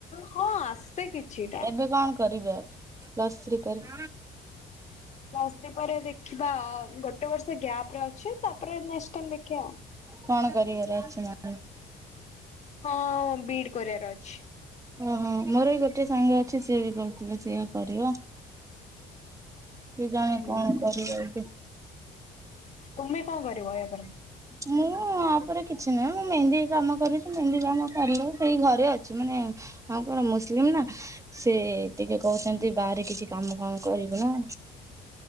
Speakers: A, on the left; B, on the right.
A: ହଁ ଆସେ କିଛିଟା
B: ଏବେ କଣ କରିବେ ଆଉ ପ୍ଲସ୍ ଥ୍ରୀ ପରେ?
A: ପ୍ଲସ ଥ୍ରି ପରେ ଦେଖିବା ଗୋଟେ ବର୍ଷ ଗ୍ୟାପରେ ଅଛି ତାପରେ ନେକ୍ସଟ୍ ଟାଇମ ଦେଖିବା।
B: କଣ କରିବାର ଅଛି ମ?
A: ହଁ ବିଏଡ କରିବାର ଅଛି।
B: ଓହୋ ମୋର ବି ଗୋଟେ ସାଙ୍ଗ ଅଛି ସିଏ ବି କହୁଥିଲେ ସେଇଆ କରିବ। କେଜାଣି
A: ହୁଁ।
B: କଣ କରିବ ଏବେ।
A: ତୁମେ କଣ କରିବ ଏହା ପରେ?
B: ମୁଁ ୟା ପରେ କିଛି ନୁହେଁ ମୁଁ ମେହେନ୍ଦି କାମ କରୁଛି ମେହେନ୍ଦି କାମ କରିଲେ ସେଇ ଘରେ ଅଛି ମାନେ ଆମେ କଣ ମୁସଲିମ ନା ସେ ଟିକେ କହୁଛନ୍ତି ବାହାରେ କିଛି କାମ ଫାମ କରିବୁନୁ।